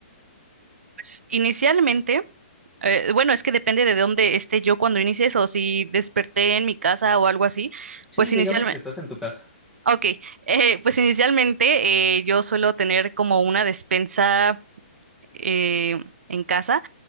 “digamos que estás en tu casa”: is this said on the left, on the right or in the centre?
Centre